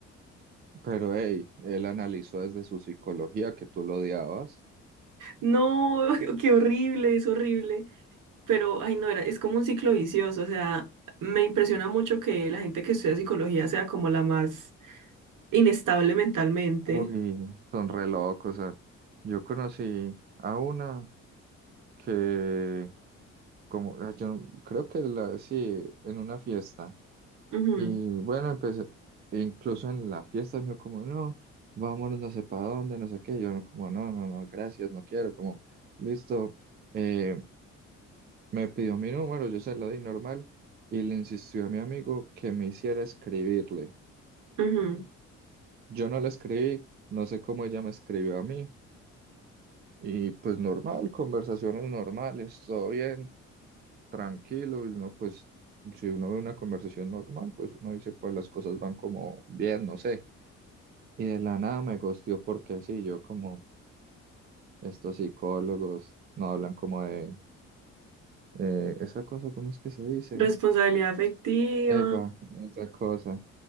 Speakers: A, on the right; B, on the right.
A: Pero hey, él analizó desde su psicología que tú lo odiabas.
B: No, <laughs> qué horrible, es horrible. Pero, ay, no, era, es como un ciclo vicioso. O sea, me impresiona mucho que la gente que estudia psicología sea como la más inestable mentalmente.
A: Uy, son re locos. O sea, yo conocí a una que, como, ah, yo no- creo que la, sí, en una fiesta.
B: Ujú,
A: Y bueno, empecé, incluso en la fiesta me dijo como, no, vámonos no sé para dónde, no sé qué. Yo no, como, no, no, no, gracias, no quiero. Como, listo, eh, me pidió mi número, yo se lo di normal y le insistió a mi amigo que me hiciera escribirle.
B: ujú.
A: Yo no le escribí, no sé cómo ella me escribió a mí Y pues normal, conversaciones normales, todo bien, tranquilo, y uno pues, si uno ve una conversación normal, pues uno dice, pues las cosas van como bien, no sé. Y de la nada me gosteó porque sí, yo como estos psicólogos no hablan como de eh, esa cosa, ¿cómo es que se dice?
B: Responsabilidad afectiva.
A: Epa, esa cosa.